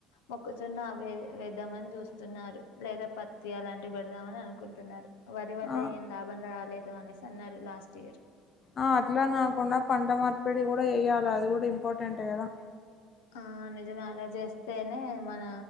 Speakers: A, on the left; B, on the left.
A: మొక్కజొన్న అవి వేద్దామని చూస్తున్నారు లేదా పత్తి అలాంటివి పెడదామని అనుకుంటున్నారు వరి వల్ల
B: ఆ,
A: ఏం లాభం రాలేదు అనేసి అన్నారు లాస్ట్ ఇయర్
B: ఆ అట్లా నాకున పంట మార్పిడి కూడా యేయ్యాల అది కూడా ఇంపార్టెంట్ కదా
A: ఆ నిజమే అలా చేస్తేనే మన